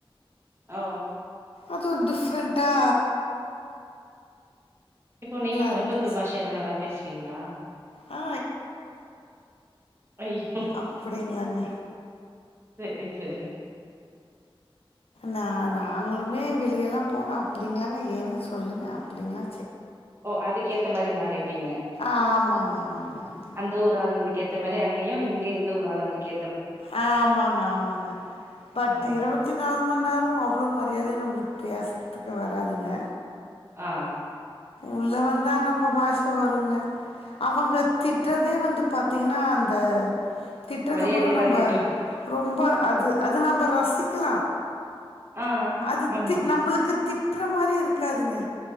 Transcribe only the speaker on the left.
அது டிஃபரண்டா
இருந்துச்சு
ஆ
அப்டிங்களாங்க
நா நாங்களுமே வெளியெல்லா போனா அப்டிங்களாங்க ஏனுங்க சொல்லுங்க அப்டிங்களா
ஆமாங்க ஆமாங்க ஆமாங்க
ஆ ஆமாங்க-ஆமாங்க பட்
இருபத்தி நாலு மணி நேரோ அவ்ளவு மரியாதையா நம்மளுக் பேசறத்துக்கு வராதுங்க
உள்ள வந்தா நம்ம பாஷ வருங்க அவங்க திட்றதே வந்து பாத்தீங்கனா அந்த திட்றது
கூட
நம்ப
<inaudible> ரொம்ப அது அத நம்ப ரசிக்கலா
அது
தி நம்பளுக்கு தி ட்டுற மாரி இருக்காதுங்க